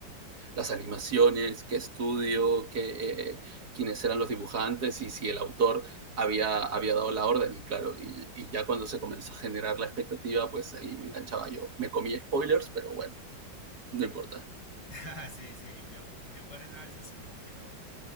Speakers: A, on the right; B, on the left.
A: las animaciones, qué estudio, qué, eh, quiénes eran los dibujantes y si el autor había, había dado la orden. Y claro, y, y, ya cuando se comenzó a generar la expectativa, pues ahí me enganchaba yo. Me comí spoilers, pero bueno, no importa.
B: <laughs> Sí, sí, yo, yo por eso a veces como que no,